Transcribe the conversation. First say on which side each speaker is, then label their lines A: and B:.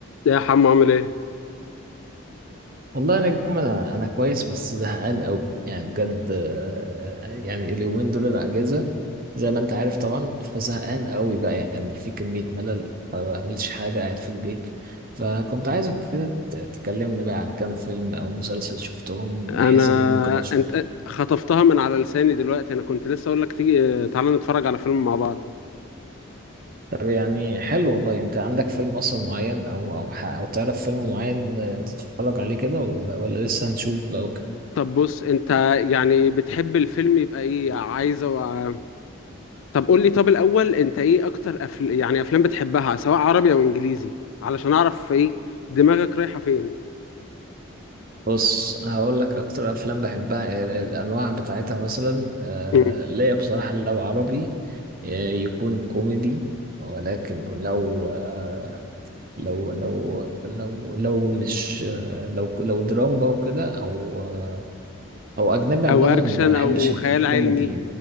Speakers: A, on the left; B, on the right.
A: يا حمو عامل ايه
B: والله يا نجم انا انا كويس بس زهقان قوي يعني بجد آه، يعني اليومين دول انا اجازه زي ما انت عارف طبعا فزهقان قوي بقى يعني في كميه ملل ما بعملش حاجه قاعد في البيت فكنت عايزك كده ت- تكلمني بقى عن كام فيلم او مسلسل شفتهم
A: انا
B: بحيث ان ممكن اشوف
A: انت خطفتها من على لساني دلوقتي انا كنت لسه اقول لك تيجي تعالى نتفرج على فيلم مع بعض
B: طب يعني حلو والله انت عندك فيلم اصلا معين او او ح- او تعرف فيلم معين آه، تتفرج عليه كده ولا ولا لسه هنشوف بقى
A: طب بص انت يعني بتحب الفيلم يبقى ايه عايزه و... طب قول لي طب الاول انت ايه اكتر أفل... يعني افلام بتحبها سواء عربي او انجليزي علشان اعرف ايه دماغك رايحه فين
B: بص هقول لك اكتر افلام بحبها ال- الانواع بتاعتها مثلا آه،
A: مم.
B: ليا بصراحه لو عربي آه، يكون كوميدي ولكن لو آه، لو لو لو لو مش آه، لو لو دراما بقى وكده او آه، او اجنبي عامه
A: او اكشن
B: ما بحبش
A: او
B: الكوميدي
A: خيال علمي